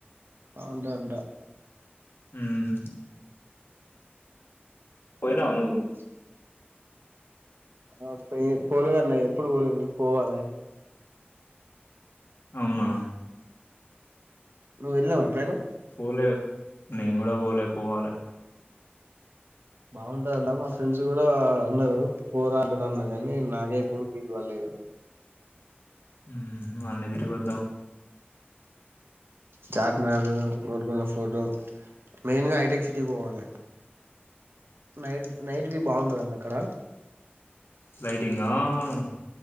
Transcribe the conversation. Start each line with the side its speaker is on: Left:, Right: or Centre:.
Right: అంట అంట
Left: మ్మ్ పోయినావా
Right: నాన్
Left: నువ్వు
Right: కుదు ఆ పోలు అన్నా ఎప్పుడు పోలేదు పోవాలే
Left: అవునా
Right: నువ్వు వెళ్ళావా ఎప్పుడు ఇట్లానే
Left: పోలే నేను కూడా పోలే పోవాలే
Right: బాగుంటదంట మా ఫ్రెండ్స్ కూడా అన్నారు పోరాళ్లు అన్నారు కానీ నాగే ఎప్పుడు వీలు కాలేదు
Left: మ్మ్ మన్నదిరిగి వద్దాం
Right: చార్మినార్ గోల్కొండ ఫోర్టు మెయిన్ గా హఐటెక్ సిటీ పోవాలి నైట్ నైట్ బ బాగుంటది అక్కడ
Left: లైటింగ్ ఆన్